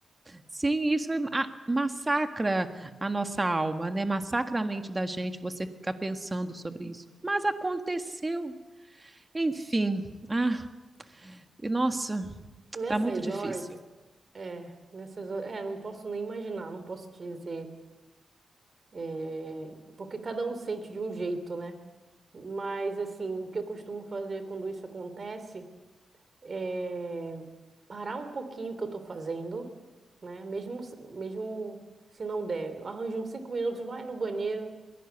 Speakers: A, on the right; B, on the right.
A: Sim, isso é ma- massacra a nossa alma, né? Massacra a mente da gente você ficar pensando sobre isso. Mas aconteceu. Enfim, ah, e nossa,
B: Nessas
A: tá muito difícil.
B: horas, É, nessas horas, é, não posso nem imaginar, não posso dizer, é, porque cada um sente de um jeito, né? Mas, assim, o que eu costumo fazer quando isso acontece é parar um pouquinho o que eu tô fazendo, né? Mesmo, se- mesmo se não der, eu arranjo uns cinco minutos, vai no banheiro,